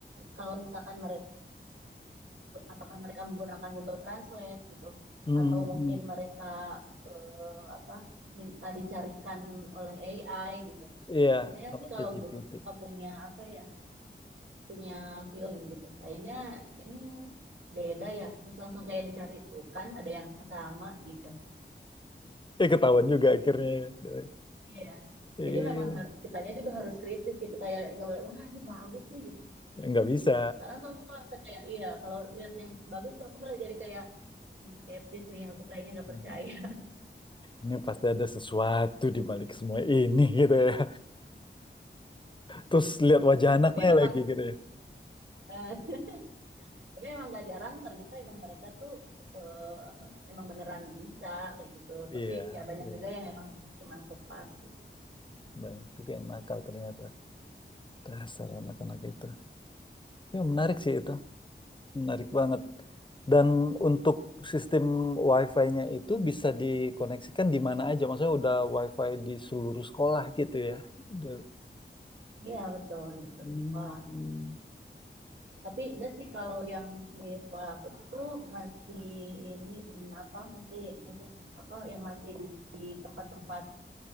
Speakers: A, on the right; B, on the left.
A: kalau misalkan mereka apakah mereka menggunakan Google Translate gitu
B: Mhm,
A: atau mungkin
B: mhm.
A: mereka eh, apa minta dicarikan oleh AI gitu
B: Iya,
A: biasanya
B: sama
A: sih kalau
B: ChatGPT.
A: guru punya apa ya punya feeling gitu. Kayaknya ini beda ya. Terus langsung kayak dicari tuh kan ada yang sama gitu.
B: Eh ketahuan juga akhirnya. ya.
A: Iya.
B: Eh,
A: Jadi memang har- kitanya juga harus kritis gitu kayak gak boleh wah ini bagus nih gitu.
B: nggak bisa.
A: Sekarang tuh aku kalau misalnya kayak iya kalau lihat yang bagus tuh aku boleh jadi kayak "Hmm, skeptis nih aku kayaknya nggak
B: Hmm.
A: percaya.
B: Ini pasti ada sesuatu di balik semua ini gitu ya. Terus lihat wajah
A: <laughs>
B: anaknya
A: Tapi memang
B: lagi gitu ya.
A: eh, <laughs> tapi memang gak jarang ternyata emang mereka tuh eh, apa emang beneran bisa kayak gitu.
B: Iya,
A: Tapi ya banyak
B: iya.
A: juga yang emang cuman kopas gitu.
B: Banyak juga yang nakal ternyata. Dasar anak-anak itu. Ya menarik sih itu. Menarik banget. Dan untuk sistem Wi-Fi-nya itu bisa dikoneksikan di mana aja. Maksudnya udah Wi-Fi di seluruh sekolah gitu ya. Dari-
A: Iya betul, betul.
B: Hmm,
A: Sekolah. Tapi enggak sih kalau yang di sekolah aku tuh masih ini hmm, apa masih masih apa yang masih di, di tempat-tempat